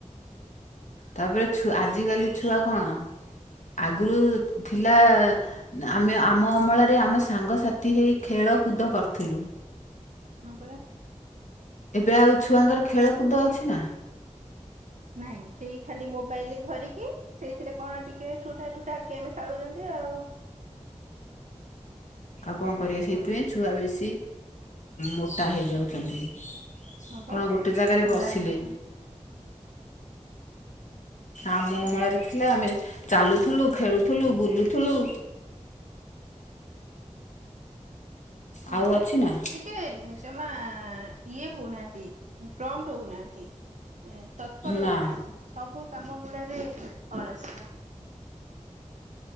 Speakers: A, on the left (about 75°); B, on the right (about 75°).
A: ତାପରେ ଛୁ- ଆଜିକାଲି ଛୁଆ କଣ ଆଗୁରୁ ଥିଲା ଆମେ ଆମ ଅମଳରେ ଆମେ ସାଙ୍ଗସାଥି ହେଇ ଖେଳକୁଦ କରୁଥିଲୁ
B: ହଁ ପରା।
A: ଏବେ ଆଉ ଛୁଆଙ୍କର ଖେଳକୁଦ ଅଛି ନା।
B: ନାଇଁ ସେଇ ଖାଲି ମୋବାଇଲି ଧରିକି ସେଇଥିରେ କଣ ଟିକେ ଠୁଟା ଠୁଠା ଗେମେ ଖେଳୁଚନ୍ତି ଆଉ।
A: ଆଉ କଣ କରିବେ ସେଇଥିପାଇଁ
B: ଆଉ
A: ଛୁଆ ବେଶୀ ମୋଟା ହେଇ ଯାଉଚନ୍ତି କଣ
B: ହଁ ପା
A: ଗୋଟେ ଜାଗାରେ
B: କୁନ୍ଦା
A: ବସିଲେ
B: ହେଇଯାଉଛନ୍ତି
A: ଆମ ଅମଳରେ ଥିଲା ଆମେ ଚାଲୁଥୁଲୁ, ଖେଳୁଥୁଲୁ, ବୁଲୁଥୁଲୁ
B: ହଁ
A: ଆଉ
B: ପରା।
A: ଅଛି ନା
B: ଟିକେ ଜମା ଇଏ ହଉନାହାନ୍ତି ପ୍ରମ୍ଟ ହଉନାହାନ୍ତି। ତତ୍ପର
A: ନା
B: ହଉନାହାନ୍ତି ସବୁ କାମ ଗୁଡାରେ ଅଳସୁଆ।